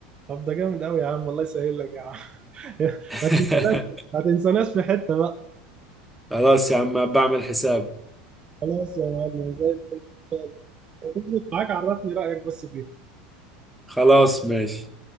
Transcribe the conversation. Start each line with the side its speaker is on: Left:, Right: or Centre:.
Right: طب ده جامد قوي يا عم الله يسهل لك يا عم <laughs>
Centre: <laughs>
Right: ما تنساناش ما تنساناش في حته بقى.
Centre: خلاص يا عم بعمل حساب
Right: خلاص يا معلم زي الفل لو تظبط معاك عرفني رأيك بس فيهم
Centre: خلاص ماشي